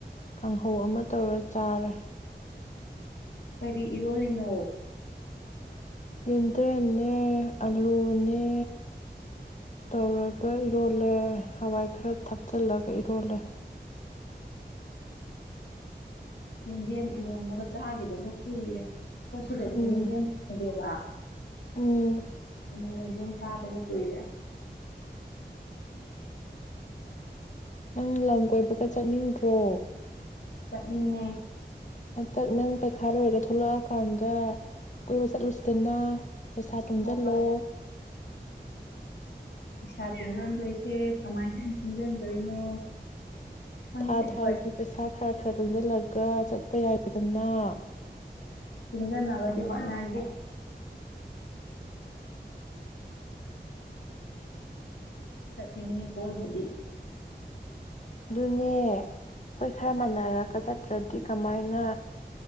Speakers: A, on the left (about 45°); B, on the left (about 80°).
A: ꯀꯥꯡꯍꯧ ꯑꯃ ꯇꯧꯔ ꯆꯥꯔꯦ
B: ꯀꯔꯤ ꯏꯔꯣꯜꯂꯤꯅꯣ
A: ꯌꯦꯟꯗ꯭ꯔꯦꯝꯅꯦ ꯑꯂꯨꯅꯦ ꯇꯧꯔꯒ ꯏꯔꯣꯜꯂꯦ ꯍꯋꯥꯏ ꯈꯔ ꯊꯛꯆꯤꯜꯂꯒ ꯏꯔꯣꯜꯂꯦ
B: ꯌꯦꯟꯗꯦꯝ ꯏꯔꯣꯝꯕꯒ ꯆꯥꯈꯤꯗꯕ ꯀꯨꯏꯔꯦ ꯑꯩꯈꯣꯏ ꯁꯤꯗꯗꯤ
A: ꯎꯝ
B: ꯌꯦꯟꯗꯦꯝ ꯐꯪꯗꯦꯕ
A: ꯎꯝ
B: ꯑꯗꯨꯅ ꯆꯥꯗꯕ ꯀꯨꯏꯔꯦ
A: ꯅꯪ ꯂꯝ ꯀꯣꯏꯕꯒ ꯆꯠꯅꯤꯡꯗ꯭ꯔꯣ
B: ꯆꯠꯅꯤꯡꯉꯦ
A: ꯍꯟꯗꯛ ꯅꯪ ꯄꯩꯈꯥꯔꯣꯏꯔꯒ ꯊꯣꯛꯂꯛꯑꯀꯥꯟꯗ ꯀꯣꯏꯕ ꯆꯠꯂꯨꯁꯤꯗꯅ ꯄꯩꯁꯥ ꯇꯨꯡꯁꯤꯜꯂꯣ
B: ꯍꯣꯏ ꯄꯩꯁꯥ ꯇꯨꯡꯁꯤꯟꯗꯣꯏꯁꯦ ꯀꯃꯥꯏꯅ ꯇꯨꯡꯁꯤꯟꯗꯣꯏꯅꯣ ꯈꯪꯗꯦ
A: ꯊꯥ ꯊꯥꯒꯤ
B: ꯍꯣꯏ
A: ꯄꯩꯁꯥ ꯈꯔ ꯈꯔ ꯇꯨꯡꯁꯤꯜꯂꯒ ꯆꯠ ꯆꯠꯄ ꯌꯥꯏꯗꯅ
B: ꯇꯨꯡꯖꯟꯅꫪ ꯅꯥꯕꯗꯤ ꯍꯣꯠꯅꯒꯦ ꯆꯠꯅꯤꯡꯏ ꯀꯣꯏꯕꯗꯤ
A: ꯑꯗꯨꯅꯦ ꯑꯩꯈꯣꯏ ꯈꯔ ꯃꯥꯟꯅꯔꯒ ꯆꯠꯇ꯭ꯔꯗꯤ ꯀꯃꯥꯏꯅ